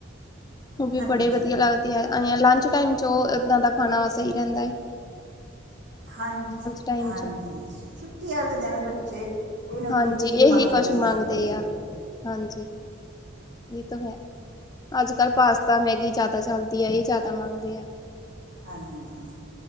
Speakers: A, on the left; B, on the right.
A: ਉਹ ਵੀ
B: ਹਾਂਜੀ
A: ਬੜੇ ਵਧੀਆ ਲੱਗਦੇ ਐ ਲੰਚ ਟਾਈਮ ਚ ਉਹ ਇਦਾਂ ਦਾ ਖਾਣਾ ਸਹੀ ਰਹਿੰਦਾ ਹੈ।
B: ਹਾਂਜੀ
A: ਟਾਈਮ
B: ਹਾਂਜੀ
A: 'ਚ
B: ਛੁੱਟੀ ਵਾਲੇ ਦਿਨ ਬੱਚੇ ਕੋਈ ਨਾ
A: ਹਾਂਜੀ
B: ਕੋਈ ਚੀਜ਼
A: ਇਹੀ
B: ਮੰਗਦੇ
A: ਕੁਛ
B: ਹੀ
A: ਮੰਗਦੇ
B: ਘਰ
A: ਆ ਹਾਂਜੀ ਇਹ ਤਾਂ ਹੈ ਅੱਜ ਕੱਲ ਪਾਸਤਾ ਮੈਗੀ ਜ਼ਿਆਦਾ ਚਲਦੀ ਆ ਇਹ ਜ਼ਿਆਦਾ ਮੰਗਦੇ ਆ।
B: ਹਾਂਜੀ